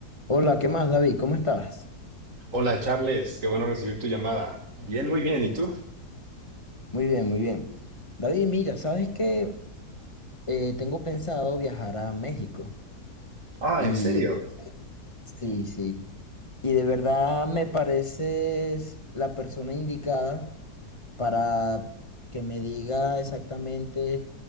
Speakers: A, on the left; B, on the right.
A: Hola, ¿qué más, David? ¿Cómo estás?
B: Hola Charles, qué bueno recibir tu llamada. Bien, muy bien. ¿Y tú?
A: Muy bien, muy bien. David, mira, ¿sabes qué? Eh, tengo pensado viajar a México
B: Ah,
A: y
B: ¿en serio?
A: sí, sí. Y de verdad me pareces la persona indicada para que me diga exactamente